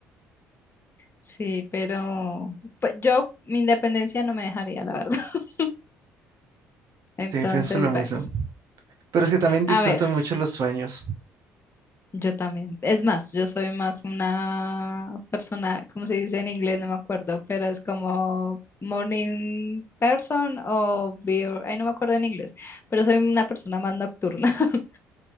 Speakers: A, on the left; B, on the right.
A: sí, pero pues, yo mi independencia no me dejaría, la verdad. <laughs>
B: Sí,
A: Entonces,
B: pienso lo mismo.
A: bueno,
B: Pero es que también disfruto
A: a ver.
B: mucho los sueños.
A: Yo también. Es más, yo soy más una persona, ¿cómo se dice en inglés? No me acuerdo, pero es como morning person o beer. Ay, no me acuerdo en inglés, pero soy una persona más nocturna <laughs>